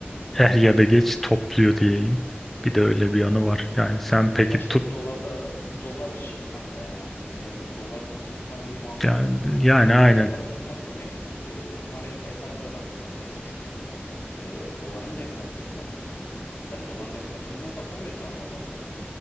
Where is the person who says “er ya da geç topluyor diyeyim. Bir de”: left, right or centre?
Centre